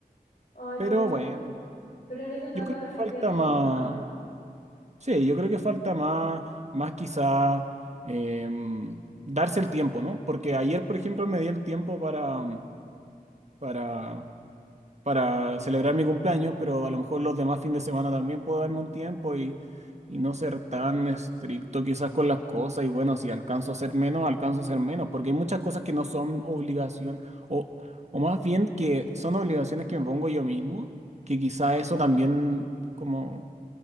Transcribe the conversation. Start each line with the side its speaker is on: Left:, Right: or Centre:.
Left: Ay,
Right: pero
Left: pero en,
Right: bueno,
Left: pero en ese caso
Right: yo creo
Left: no
Right: que
Left: estaría
Right: falta
Left: en tus
Right: más,
Left: manos
Right: sí, yo creo que falta más, más quizá em, darse el tiempo, ¿no? Porque ayer, por ejemplo, me di el tiempo para, para para celebrar mi cumpleaños, pero a lo mejor los demás fines de semana también puedo darme un tiempo y, y no ser tan estricto quizás con las cosas. Y bueno, si alcanzo a hacer menos, alcanzo a hacer menos, porque hay muchas cosas que no son obligación, o, o más bien que son obligaciones que me pongo yo mismo, que quizás eso también como,